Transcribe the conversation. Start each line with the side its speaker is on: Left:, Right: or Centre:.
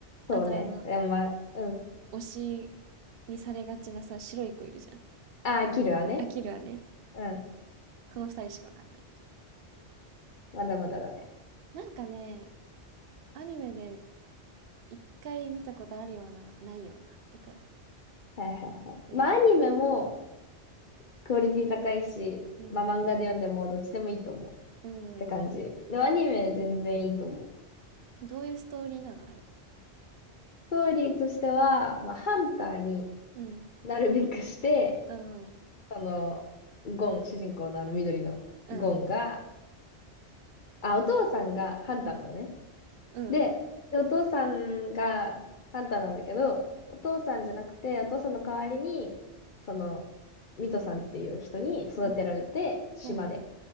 Left: そうね。
Right: あと、あの、
Left: でもまあ、うん。
Right: 推しにされがちなさ、白い子いるじゃん。
Left: ああ、キルはね。
Right: アキルはね、
Left: うん。
Right: この二人しかわかんない。
Left: まだまだだね。
Right: なんかね、アニメで一回見たことあるような、ないようなってくらい。
Left: はいはいはい。
Right: テレビで。
Left: まあ、アニメもクオリティ高いし、
Right: うん。
Left: まあ、漫画で読んでもどっちでもいいと思うっ
Right: うん。
Left: て感じ。
Right: うん
Left: でも、アニメ全然いいと思う。
Right: どういうストーリーなのあれ。
Left: ストーリーとしては、まあ、ハンターに
Right: うん。
Left: なるべくして、
Right: うん。
Left: その、ゴン、主人公のあの緑のゴンが、
Right: うん。
Left: あ、お父さんがハンターのね、
Right: うん。うん。
Left: で、で、お父さんがハンターなんだけど、お父さんじゃなくて、お父さんの代わりに、その、ミトさんっていう人に育てられて、
Right: うん。
Left: 島で。
Right: うん。うん。うん。うん